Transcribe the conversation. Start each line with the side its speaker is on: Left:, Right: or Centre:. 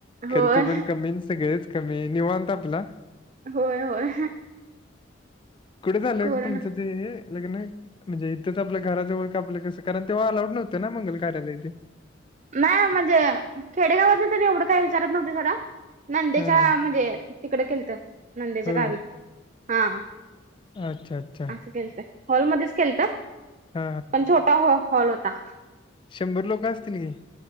Right: होय
Left: खर्च पणं कमी अनं सगळंच कमी, निवांत आपलां
Right: होय होय
Left: कुठं चाललंय
Right: कोरोना
Left: तुमचं ते हे? लग्नये? म्हणजे इतंच आपल्या घरांजवळं कां आपल्यां कसं कारणं तेव्हां अलांउड नव्हतं नां मंगल कार्यालय इते?
Right: नाहीं म्हणजे खेडेगावांत त्यानं एवढं कायं विचारतं नव्हते जरां. नंदेच्यां
Left: हां, हां.
Right: म्हणजे तिकडं केलतं नंदेच्यां
Left: होय.
Right: गांवी हां.
Left: अच्छा, अच्छा.
Right: असं केलतंय हॉलमध्यें चं केलतं?
Left: हां हां
Right: पणं छोटां हॉ हॉल होतां.
Left: शंभर लोकं असतील गी.